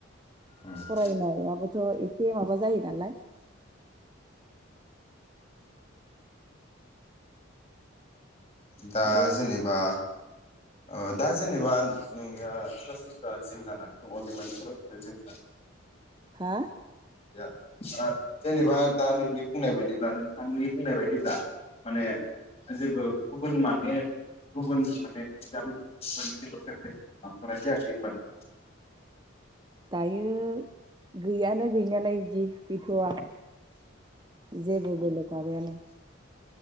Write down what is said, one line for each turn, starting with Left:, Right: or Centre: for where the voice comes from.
Left: उम
Right: फरायनायाबोथ' एसे माबा जायो नालाय
Left: दा
Right: आरो
Left: जेनेबा ओ दा जेनेबा नोंनिया सरासनस्रा जिउ दानाय दङ अदेबानि सरासन्रा जिउ जा
Right: हा
Left: या ओ जेनेबा दा नोंनि बुंनाय बायदिब्ला नोंथांनि बुंनाय बायदिब्ला माने जेबो गुबुन माने गुबुन माने एगजाम <unintelligible> खालामथ'नाय जायाखै होनबा नों
Right: दायो गैयानो गै नायानो इदि गैथवा जेबो बेलेग माबायानो